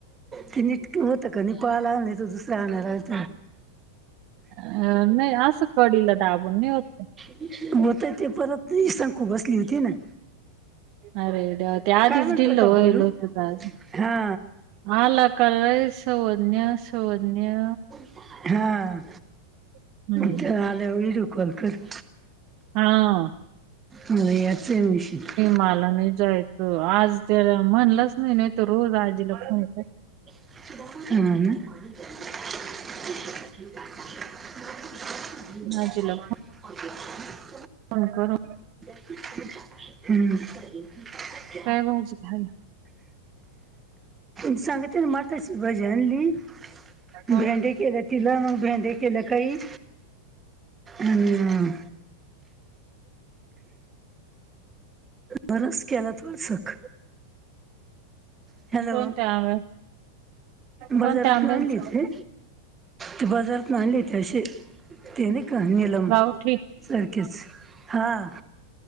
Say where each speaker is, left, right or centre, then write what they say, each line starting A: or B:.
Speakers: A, on the right; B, on the right.
A: क निटं होतं कां नि पाला आणि नाहीं तरं दुसरया घरांत
B: अं, नाही असं कडीला दाबून नाही होत ते.
A: <unintelligible> <unintelligible> होतंय ते परंत इशां खूं बसली होती नां
B: अरे देवां त्यां आधीच
A: म्हणतो
B: ढिल
A: होता
B: होईल
A: गोलू
B: होतं आंज
A: हा
B: आंला कायं सर्वज्ञ सर्वज्ञ
A: हां
B: हम्म
A: ते आल्यावर व्हिडिओ कॉल करं
B: हा
A: मलां यांचं मशीन
B: मलां नाहीं जायचं आंज त्यांला म्हणलंच नाहीं नाहीं तरं रोज आजीला फोन लाव
A: हम्मं <inaudible> <unintelligible>
B: आजीला फोन करूंन
A: हम्मं ह <unintelligible>
B: कायं भाजी पाला
A: सांगतेने मटांची भाजी आनली भेंडे
B: हं.
A: केले तिलां मंग भेडे केले कांहीं अं बरंच केलां तोंडसंख अ <unintelligible> हॅलो
B: कोणत्या आंब्या
A: बाजारांत
B: कोणत्या आंब्यांच?
A: नां आणलीच रे ते बाजारांत आणली ती अशी ते नाहीत कां नीलम
B: गावठी.
A: सारखेचं हां